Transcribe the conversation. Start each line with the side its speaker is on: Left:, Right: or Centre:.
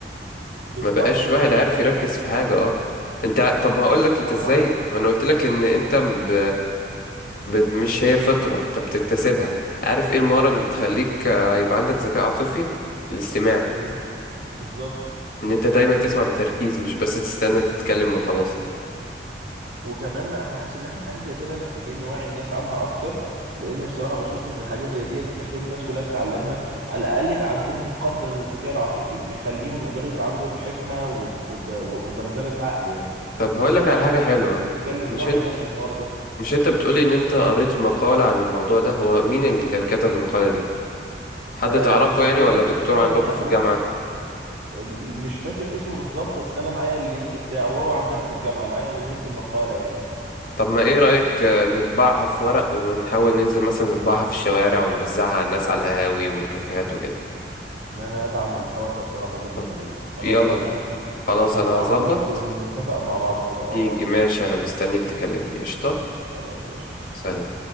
Right: بالظبط
Left: ما بقاش
Right: دي
Left: واحد
Right: حقيقة
Left: عارف
Right: فعلا،
Left: يركز في حاجه اه انت ع- طب هقول لك انت
Right: احنا
Left: ازاي ما انا قلت لك ان انت ب... بت... مش هي فطره انت بتكتسبها عارف ايه المهاره اللي بتخليك آه، هيبقى عندك ذكاء عاطفي الاستماع
Right: ايه؟ بالظبط
Left: ان انت دايما تسمع بتركيز مش بس تستنى تتكلم وخلاص
Right: وكمان احنا حاسس ان احنا حاجه زي كده محتاجين نوعي الناس عنها اكتر لان بصراحه بشوف ان الحاجه زي ديت محتاج الناس كلها تتعلمها على الاقل يبقى عندهم قدر من الذكاء العاطفي يخليهم يقدروا يتعاملوا بحكمه وب... وب... وبرزانه عقل يعني
Left: طب
Right: فانت
Left: هقول لك
Right: ايه رايك
Left: على حاجه حلوه
Right: ممكن نكلم
Left: مش
Right: نوع
Left: انت
Right: الناس عن الحوار ده
Left: مش انت بتقولي ان انت قريت مقاله عن الموضوع ده هو مين اللي كان كتب المقاله دي حد
Right: آه
Left: تعرفه
Right: مش
Left: يعني
Right: فاكر
Left: ولا
Right: بس
Left: دكتور
Right: انا
Left: عندكم
Right: معايا
Left: في
Right: مع
Left: الجامعة
Right: ال- مش فاكر اسمه بالظبط بس انا معايا اللينك بتاعه هو عندنا في الجامعه معايا لينك المقاله يعني
Left: طب ما ايه رأيك ت- نطبعها في ورق ونحاول ننزل مثلا نطبعها في الشوارع ونوزعها على الناس على القهاوي والكافيهات وكده
Right: ان انا ادعم الحوار ده بصراحه جدا
Left: طب
Right: يعني خلاص
Left: يلا
Right: ما عنديش مشكله
Left: خلاص
Right: هطبعها
Left: انا هظبط
Right: لك ونتفق مع بعض كده اه
Left: تيجي ماشي انا مستنيك تكلمني قشطة
Right: خلاص قشطة
Left: سلام